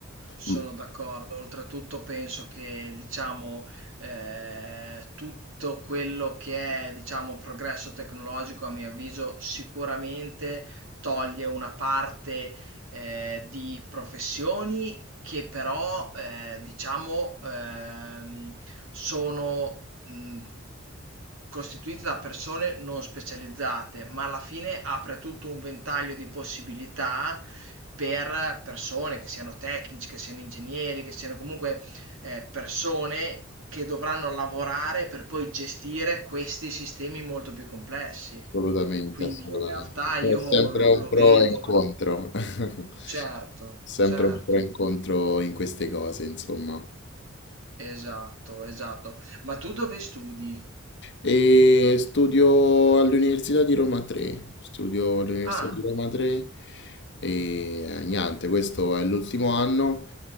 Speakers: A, on the right; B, on the left.
A: Sono
B: Mm,
A: d'accordo. Oltretutto penso che, diciamo, eh, tutto quello che è, diciamo, progresso tecnologico, a mio avviso, sicuramente toglie una parte, eh, di professioni che però, eh, diciamo, ehm, sono mh, costituita da persone non specializzate, ma alla fine apre tutto un ventaglio di possibilità per persone che siano tecnici, che siano ingegneri, che siano comunque eh, persone che dovranno lavorare per poi gestire questi sistemi molto più complessi.
B: Assolutamente,
A: Quindi
B: assolutamente.
A: in realtà io
B: C'è sempre
A: lo,
B: un
A: lo
B: pro
A: vedo,
B: e un contro. <laughs>
A: certo,
B: Sempre
A: certo,
B: un pro e un contro in queste cose, insomma.
A: esatto, esatto. Ma tu dove studi?
B: E studio all'Università di Roma 3, studio all'Università
A: Ah,
B: di Roma 3 e eh, niente, questo è l'ultimo anno